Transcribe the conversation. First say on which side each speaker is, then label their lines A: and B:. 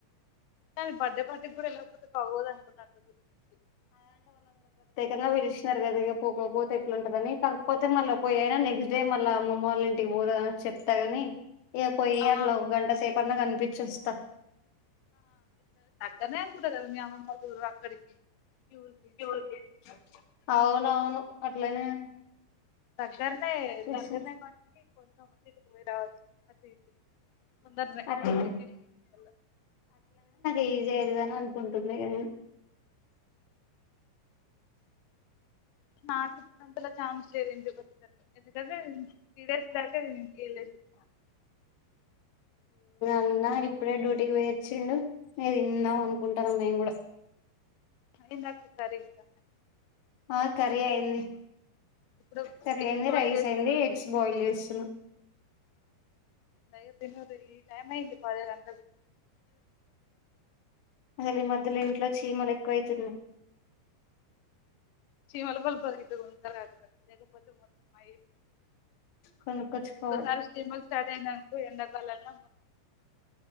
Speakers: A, on the left (about 90°); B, on the left (about 70°).
A: కానీ బర్డే పార్టీకి కూడా వెళ్ళకపోతే బాగోద్ అనుకుంట అంత దగ్గర నుంచి
B: ఖ్యంగా పిలిచినారు కదా ఇ పోకపోతే ఎట్లంటుందని కాకపోతే మళ్ళీ పోయినా నెక్స్ట్ డే మళ్ళ మా అమ్మ వాళ్ళ ఇంటికి పోదా అని చెప్తగని ఏ పోయ్యట్లా
A: ఆ
B: గంట సేపన్న కనిపి పిచ్చోస్తా
A: వెళ్ళవనుకుంట కదా మీ అమ్మమ్మవాళ్ళ ఊరు అక్కడికి మీ ఊరికి
B: ఎవరికి అవునవును అట్లనే
A: దగ్గరనే
B: చేసి
A: దగ్గరనే గాని కొంచెం అటు ఇటు పొయ్యి రావచ్చు అటు ఇటు తొందరనే
B: అట్లా
A: మార్నింగ్ వెళ్ళి
B: ఏ జరుగద అనుకుంటున్న ఇగ నేను
A: నాకు ఇప్పుడు అంతలో చాన్స్ లేదు ఇంకొ దగ్ ఎందుకండి త్రిడెస్ దాక నేన ఇంటి కెళ్లెష్వత్తా
B: అన్నా ఇప్పుడే డ్యూటీకి పోయ్యిచ్చిండు ఇగ తిందాం అనుకుంటాన మేము కూడా
A: ఐదుకు సారీగ తా
B: ఆ కర్రీ అయింది
A: ఇప్పుడు
B: సరి
A: ఎగ్స్
B: అయింది
A: బాయిల్
B: రైస్
A: చేస్తున్నాను
B: అయింది ఎగ్స్
A: కదా
B: బాయిల్ చేస్తున్నా
A: ఇట్ల అయితే తిన్నారు ఈ టైమ్యింది పది గంటాలు
B: అ మధ్యలో ఇంట్లో చీమలు ఎక్కువ అయితున్నాయి
A: చిమల బల్ బర్గతే ఉంటరత లేకపోతే మొత్తం అ
B: కొనుక్కొచ్చుకోవాలి
A: సారు స్టేమల్ స్టార్ట్యనా ఈ ఎంద కాలం లో